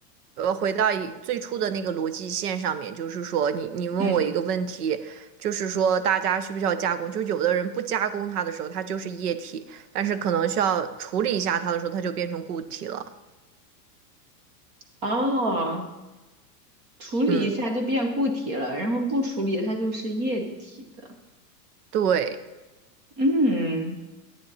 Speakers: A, on the right; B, on the right.
A: 呃回到以最初的那个逻辑线上面，就是说你你问我一个问题，
B: 嗯。
A: 就是说大家需不需要加工？就有的人不加工它的时候，它就是液体，但是可能需要处理一下它的时候，它就变成固体了。
B: 哦，处理一下就变固体了，
A: 嗯，
B: 然后不处理它就是液体的。
A: 对。
B: 嗯，